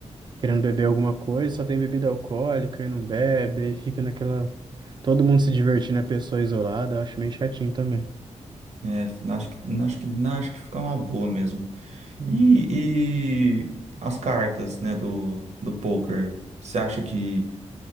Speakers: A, on the right; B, on the right.
A: querendo beber alguma coisa, só tem bebida alcoólica e não bebe, aí fica naquela. Todo mundo se divertindo, a pessoa isolada, eu acho meio chatinho também.
B: né? acho que, acho que, acho que fica uma boa mesmo.
A: Hum.
B: E, e as cartas, né, do, do poker, você acha que